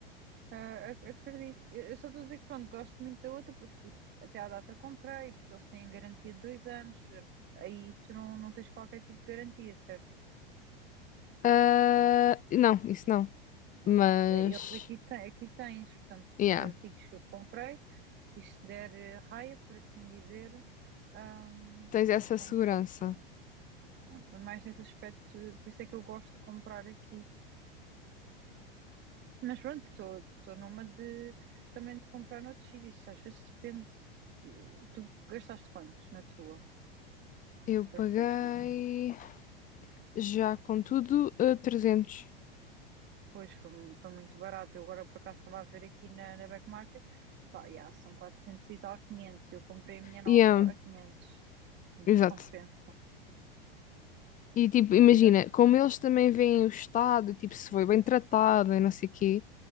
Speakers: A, on the right; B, on the left.
A: Ah, ac- acredito. Eu eu só estou a dizer que pronto, gosto muito da outra porque tipo, até à data comprei, e depois eles têm garantia de dois anos, por exemplo, aí tu não, não tens qualquer tipo de garantia, certo?
B: Ah, não, isso não.
A: Pronto.
B: Mas,
A: Eles aqui, têm, aqui tens, portanto,
B: yeah,
A: dos artigos que eu comprei, se isto der eh, raia, por assim dizer, ahm,
B: tens essa
A: pronto,
B: segurança.
A: posso ser. Ah, Mas mais nesse aspecto, por isso é que eu gosto de comprar aqui. Mas pronto, estou numa de também de comprar noutros sítios. Às vezes depende. Tu, tu gastaste quanto na tua
B: Eu paguei
A: PlayStation?
B: já com tudo ah, 300.
A: Pois foi, mu- foi muito barato. Eu agora por acaso estava a ver aqui na, na Back Market. Epá, yeah, são 400 e tal, quinhentos Eu comprei a minha nova
B: Yeah,
A: a quinhentos Não
B: exato.
A: compensa.
B: E tipo, imagina,
A: Fizeste.
B: como eles também veem o estado, tipo, se foi bem tratado e não sei o quê,